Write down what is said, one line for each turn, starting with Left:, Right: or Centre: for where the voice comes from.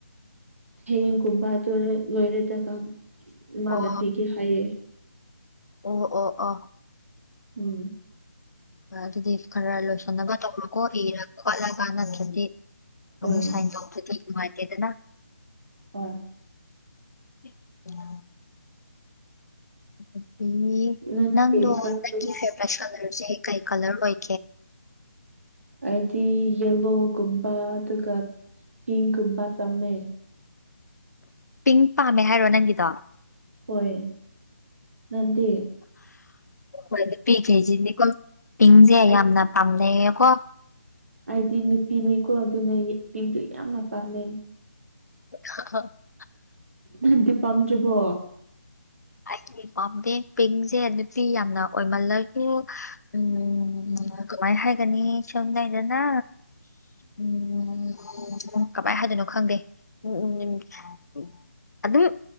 Right: ꯍꯌꯦꯡꯒꯨꯝꯕ ꯑꯗꯨ ꯂꯣꯏꯔꯦꯗꯒ ꯃꯥꯟꯅꯈꯤꯒꯦ
Left: ꯑꯣ
Right: ꯍꯥꯏꯌꯦ
Left: ꯑꯣ ꯑꯣ ꯑ
Right: ꯎꯝ
Left: ꯑꯗꯨꯗꯤ ꯈꯔ ꯂꯣꯏꯁꯟꯅꯕ ꯇꯧꯔꯣꯀꯣ ꯏꯔ ꯈꯣꯠꯂꯒ ꯅꯠꯇ꯭ꯔꯗꯤ
Right: ꯍꯣꯏ
Left: ꯁꯨ ꯁꯥꯏꯟ ꯇ ꯅꯨꯡꯉꯥꯏꯇꯦꯗꯅ
Right: ꯍꯣꯏ
Left: ꯎ ꯑꯗꯨꯗꯤ
Right: ꯅꯪꯗꯤ
Left: ꯅꯪꯗꯣ
Right: ꯀꯔꯤ
Left: ꯅꯪꯒꯤ ꯐꯦꯚꯦꯠ ꯀꯂꯔꯁꯦ ꯀꯩ ꯀꯂꯔ ꯑꯣꯏ
Right: ꯍꯥꯏꯗꯤ ꯌꯦꯂꯣꯒꯨꯝꯕ ꯑꯗꯨꯒ ꯄꯤꯡꯒꯨꯝꯕ ꯇꯝꯃꯦ
Left: ꯄꯤꯡ ꯄꯥꯝꯃꯦ ꯍꯥꯏꯔꯣ ꯅꯪꯒꯤꯗꯣ
Right: ꯍꯣꯏ ꯅꯪꯗꯤ
Left: ꯣꯏ ꯄꯤꯈꯦꯁꯤꯅꯦꯀꯣ ꯄꯤꯡꯁꯦ
Right: ꯑꯩ
Left: ꯌꯥꯝꯅ ꯄꯥꯝꯅꯩ ꯀꯣ
Right: ꯑꯩꯗꯤ ꯅꯨꯄꯤꯅꯤꯀꯣ ꯑꯗꯨꯅꯦꯄꯤꯟꯗꯨ ꯌꯥꯝ ꯃ ꯆꯥꯟꯅꯩ
Left: <inaudible>
Right: ꯅꯗꯤ ꯄꯥꯝꯗ꯭ꯔꯕꯣ
Left: ꯑꯩꯗꯤ ꯄꯥꯝꯗꯦ ꯄꯤꯡꯁꯦ ꯅꯨꯄꯤ ꯌꯥꯝꯅ ꯑꯣꯏꯃꯜꯂꯣꯏ ꯑ ꯎꯝ ꯀꯃꯥꯏ ꯍꯥꯏꯒꯅꯤ ꯁꯝꯗꯥꯏꯗꯅ ꯎꯝ ꯎ ꯎ ꯀꯃꯥꯏ ꯍꯥꯏꯗꯣꯏꯅꯣ ꯈꯪꯗꯦ ꯎꯝ ꯎꯝ ꯎꯝ ꯎ ꯑꯗꯨꯝ